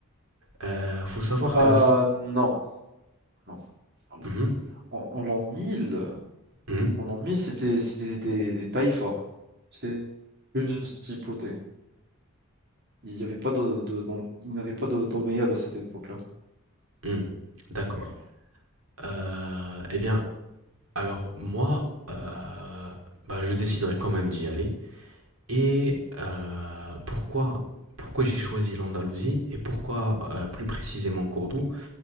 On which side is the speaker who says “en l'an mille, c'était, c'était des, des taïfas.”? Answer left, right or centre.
Right